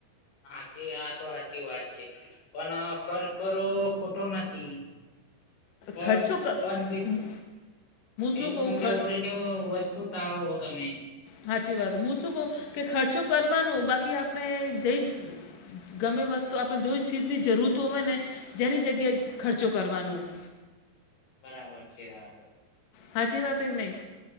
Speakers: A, on the left (about 80°); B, on the left (about 55°).
A: સાચી આતો સાચી વાત છે. પણ ખરેખરો ખોટો નથી. હા
B: ખર્ચો ક-
A: કોણ
B: હું-
A: બિન
B: શું
A: હું
B: કહું
A: જરૂરી,
B: ખર
A: તે વસ્તુ તાળો તમે,
B: સાચી વાત મે શું કહ્યું કે ખર્ચો કરવાનો બાકી આપણે જઈ જ, ગમે વસ્તુ આપણે જોઈ છે ચીજની જરૂરતો હોય ને જેની જગ્યા એજ ખર્ચો કરવાનું. <inaudible>
A: બરાબર છે આતો.
B: સાચી વાત છે કે નહીં.